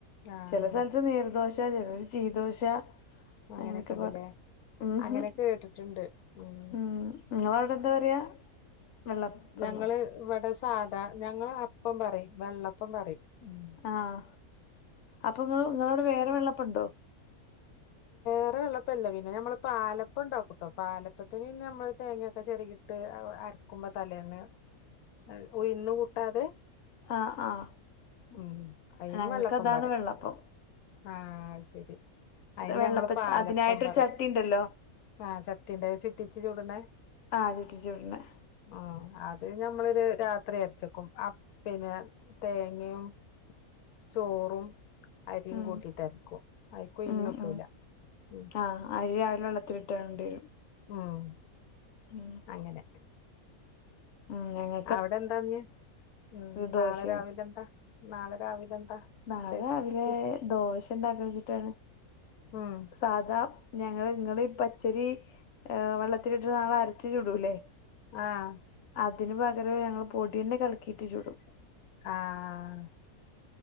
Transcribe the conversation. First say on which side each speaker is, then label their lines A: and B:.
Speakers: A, on the left (about 80°); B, on the left (about 65°).
A: ആഹ്
B: ചെല സ്ഥലത്ത് നീർദോശ ചെലര് ചീദോശ
A: അങ്ങനെക്കെണ്ടല്ലേ
B: അങ്ങനൊക്കെ പറയും ഉം
A: അങ്ങനെ
B: ഹും
A: കേട്ടിട്ടെണ്ട് ഉം
B: ഉം നിങ്ങളവിടെ എന്താ പറയാ വെള്ളപ്പന്നോ
A: ഞങ്ങള് ഇവട സാധാ ഞങ്ങള് അപ്പം പറയും വെള്ളപ്പം പറയും ഉം
B: ആഹ് അപ്പ നിങ്ങള് നിങ്ങളവിട വേറെ വെള്ളപ്പെണ്ടോ
A: വേറെ വെള്ളപ്പവില്ല പിന്നെ ഞമ്മള് പാലപ്പം ഇണ്ടാക്കുട്ടോ പാലപ്പത്തിന് പിന്നെ നമ്മള് തേങ്ങയൊക്കെ ചെരകിയിട്ട് അര ക്കുമ്പ തലേന്ന് അഴ് ഉഴുന്ന് കൂട്ടാതെ
B: ആഹ് ആഹ്
A: ഉം അയ്ന്
B: ഞങ്ങക്ക്
A: വെള്ളപ്പം
B: അതാണ്
A: പറയും
B: വെള്ളപ്പം
A: ആഹ് ശെരി അയ്ന്
B: വെള്ളപ്പ
A: ഞങ്ങള് പാലപ്പം
B: അതിനായിട്ടൊരു
A: പറയും
B: ചട്ടി ഇണ്ടല്ലോ
A: ആഹ് ചട്ടീന്റെ ചുറ്റിച്ച് ചുടണെ
B: ആഹ് ചുറ്റിച്ച് ചുടണെ
A: ഉം അത് ഞമ്മളൊര് രാത്രി അരച്ച്‌ ക്കും ആ പിന്നെ തേങ്ങയും ചോറും അരിയും
B: ഉം
A: കൂട്ടീട്ട് അരക്കും അയിക്കും ഉഴുന്ന്
B: ഉം
A: കൂട്ടൂല
B: ഉം
A: ഉം
B: ആഹ് അരി രാവിലെ വെള്ളത്തിലിട്ടാണ്ടി വരും
A: ഉം
B: ഉം
A: അങ്ങന
B: ഉം ഞങ്ങ
A: അവിടെന്താ ഞ്ഞ് ഉം
B: ദോശയാണ്
A: നാളെ രാവിലെ എന്താ നാളെ രാവിലെ എന്താ
B: നാളെ
A: ബ്രേക്ക്ഫാസ്റ്റ്
B: രാവിലെ ദോശ ഉണ്ടാക്കണം വെച്ചിട്ടാണ്
A: ഉം
B: സാധാ ഞങ്ങള് ഇങ്ങളീ പച്ചരി ഏഹ് വെള്ളത്തിലിട്ടിട്ട് നമ്മള് അരച്ച്‌ ചുടൂല്ലേ
A: ആഹ്
B: അതിന് പകരവെ ഞങ്ങള് പൊടി തന്നെ കലക്കീട്ട് ചുടും
A: ആഹ്